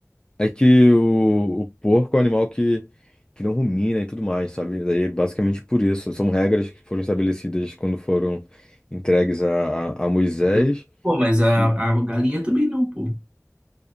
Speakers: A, on the left; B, on the right.
A: É que o, o porco é um animal que, que não rumina e tudo mais, sabe? Daí, é basicamente por isso. São regras que foram estabelecidas quando foram entregues a, a, a Moisés.
B: Eu, pô, mas a,
A: E,
B: a galinha também não, pô.